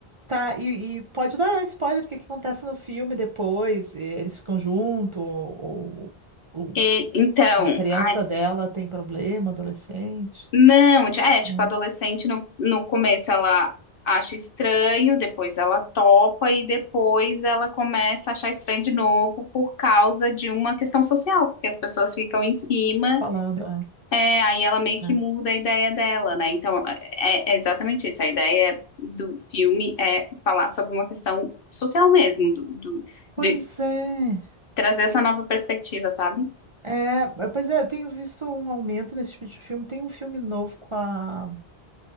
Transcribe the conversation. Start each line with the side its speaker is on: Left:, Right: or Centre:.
Right: Tá, e, e pode dar spoiler, o que que acontece no filme depois? e Eles ficam juntos, ou, ou
Left: E- então,
Right: a criança
Left: ai,
Right: dela tem problema, adolescente,
Left: Não, ti- é, tipo,
Right: né?
Left: adolescente no, no começo ela acha estranho, depois ela topa e depois ela começa a achar estranho de novo por causa de uma questão social, porque as pessoas ficam em cima,
Right: Falando.
Left: é, aí ela meio que
Right: é, é.
Left: muda a ideia dela, né? Então, é, é é exatamente isso. A ideia do filme é falar sobre uma questão social mesmo, do, do-
Right: Pois
Left: de
Right: é.
Left: trazer essa nova perspectiva, sabe?
Right: É, mas, pois é, eu tenho visto um aumento nesse tipo de filme. Tem um filme novo com a